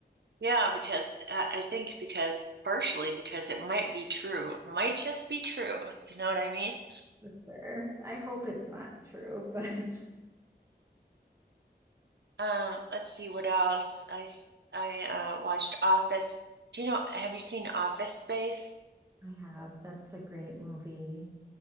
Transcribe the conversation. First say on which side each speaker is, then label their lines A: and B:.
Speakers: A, on the right; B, on the right.
A: Yeah, because uh, I think because partially because it might be true, It might just be true. You know what I mean?
B: for sure. I hope it's not true, <laughs> but
A: Um, let's see what else. I I uh, watched Office. Do you know, have you seen Office Space?
B: I have. That's a great movie.